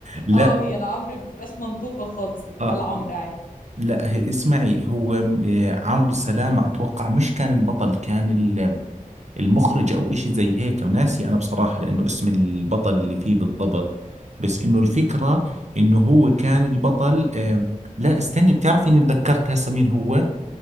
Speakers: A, on the right; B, on the left.
A: لا
B: اه هي العمرو بتبقاش منطوقه خالص بتتقال
A: اه
B: عمرو عادي
A: لا هي اسمعي هو م- آه، عمرو سلامة اتوقع مش كان البطل كان ال- المخرج او اشي زي هيك ناسي انا بصراحة لانه اسم البطل اللي فيه بالضبط بس انه الفكرة انه هو كان البطل آه لا استني بتعرفي اني تذكرت هسه مين هو